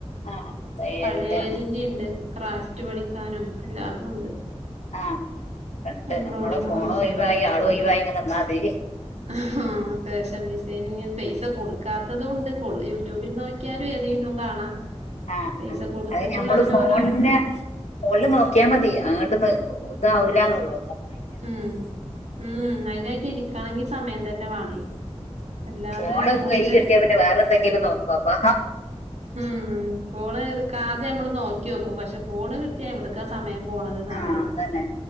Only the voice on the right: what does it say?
പലോതിന്റെഉണ്ട് ഗ്രാഫ് വെട്ടിപഠിക്കാനും അല്ല തും ഉണ്ട്
എംബ്രോയിഡിങ്ങും
ആഹ ഫാഷൻ ഡിസൈനിംപൈസ പൈസകൊടുക്കാത്തതും ഉണ്ട് യൂട്യൂബിൽ നോക്കിയാലും ഏത് വിതും കാണാം
പൈസ കൊടുത്തിട്ടുള്ള
അങ്ങനെ
ഓരോരോ
ഉം ഉം അതിനായിട്ട് ഇരിക്കണെങ്കി സമയം തന്നെ വേണേ അല്ലാതെ
കൊറച്ചേരം
ഉം ഫോൺ ഇടുകാതെനമ്മള് നോക്കി നേക്കും പക്ഷേ ഫോണ് കിട്ടിയാ ഇവിടുക്കാ സമയം പോണത്
അറിയില്ല